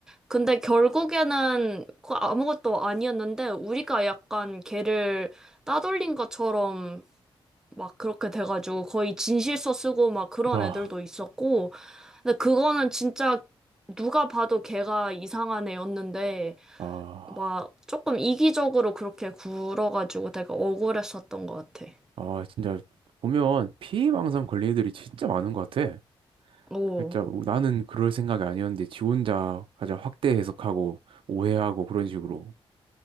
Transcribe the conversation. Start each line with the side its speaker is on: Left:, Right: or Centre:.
Centre: 근데 결국에는 그 아무것도 아니었는데 우리가 약간 걔를 따돌린 것처럼 막 그렇게 돼가지고 거의 진실서 쓰고 막 그런
Right: 아.
Centre: 애들도 있었고 근데 그거는 진짜 누가 봐도 걔가 이상한 애였는데
Right: 아,
Centre: 막 조금 이기적으로 그렇게 굴어가지고 되게 억울했었던 것 같아.
Right: 아, 진짜 보면 피해망상 걸린 애들이 진짜 많은 것 같아.
Centre: 오.
Right: 진짜 나는 그럴 생각이 아니었는데 지 혼자 가장 확대 해석하고 오해하고 그런 식으로.